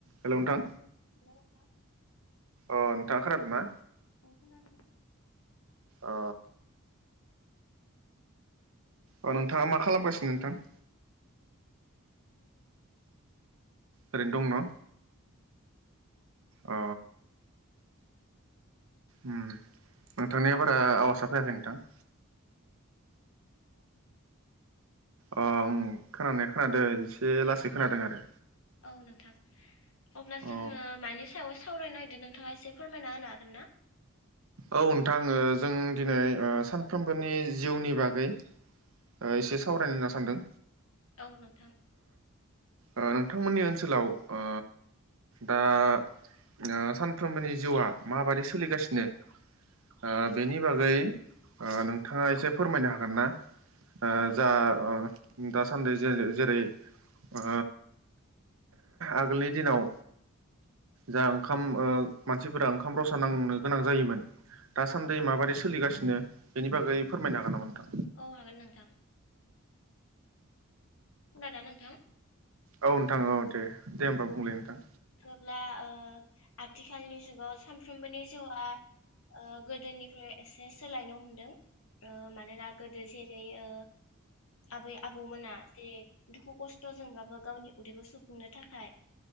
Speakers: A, on the right (about 75°); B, on the left (about 70°).
A: Hello नोंथां
B: hello नोंथां
A: अ नोथाङा खोनादना?
B: खोनानो मोनदों
A: अ अ नोथाङा मा खालामगासिनो नोथां।
B: दोङो
A: ओरैन दं न
B: औ
A: अ उम नोंथांनिया बारा आवासा फैयाखै नोथां।
B: दा खोनाबायना नोंथां?
A: अ उम खोनानाया खोनादों एसे लासै खोनादों आरो।
B: औ नोथां अब्ला
A: अ
B: जोङो मानि सायाव सावरायनाय नोंथाङा एसे फोरमायना होनो हागोन ना।
A: औ नोथां ओ जों दिनै ओ सानफ्रोमबोनि जिउनि बागै ओ एसे सावरायनो होनना सान्दों।
B: औ नोंथां
A: ओ नोंथांमोननि ओनसोलाव ओ दा ओ सानफ्रोमबोनि जिउआ माबादि सोलिगासिनो। ओ बेनि बागै ओ नोंथाङा एसे फोरमायनो हागोन ना? ओ
B: औ नोंथां
A: जा ओ दासान्दि जे जेरै ओ आगोलनि दिनाव जा ओंखाम ओ मानसिफोरा ओंखाम रसा नांनो गोनां जायोमोन दासान्दि माबादै सोलिगासिनो बेनि बागै फोरमायनो हागोन नामा नोंथां।
B: औ हागोन नोंथां। खोनादोंना नोंथां।
A: औ नोंथां औ दे दे होमबा बुंलाय नोंथां।
B: अब्ला ओ आथिखालनि जुगाव सानफ्रोमबोनि जिउआ ओ गोदोनिफ्राय एसे सोलायनो हमदों ओ मानोना गोदो जेरै ओ आबै आबौमोना जेरै दुखु खस्थजोंबाबो गावनि उदैखौ सु फुंनो थाखाय